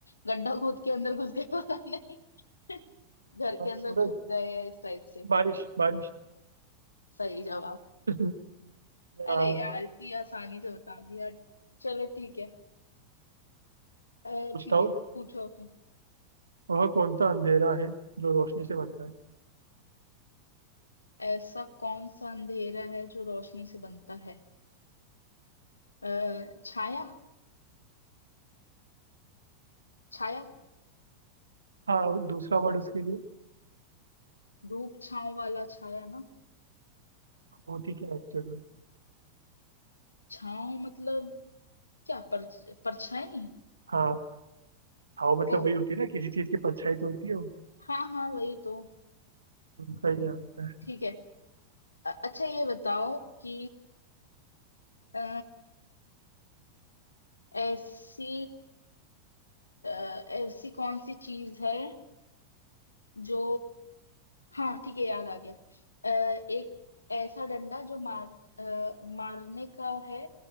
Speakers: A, on the left; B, on the right.
A: गड्ढा खोद के अंदर घुस गए पता नहीं <laughs> घर के अंदर
B: सूरज
A: छुप गए या इस टाइप से
B: बारिश बारिश
A: सही जवाब
B: <laughs> या
A: अरे यार इतनी आसानी से बता दिया चलो ठीक है अ,
B: पूछता
A: ठीक
B: हूँ
A: है पूछो ओके
B: वह कौन सा अंधेरा है जो रोशनी से बनता है
A: ऐसा कौन सा अंधेरा है जो रोशनी से बनता है अ, छाया छाया
B: हाँ दूसरा वर्ड उसके लिए
A: धूप छांव वाला छाया ना
B: होती क्या है एक्चुअल में
A: छांव मतलब क्या पर परछाई
B: हाँ हाँ मतलब
A: ओ
B: वही होती है ना किसी चीज की परछाई तो होती है
A: हाँ हाँ वही तो
B: उनका ही होता है
A: ठीक है अ, अच्छा ये बताओ कि अ, ऐसी अ, ऐसी कौन सी चीज है जो हाँ ठीक है याद आ गया अ, एक ऐसा डंडा जो मार अ, मारने का है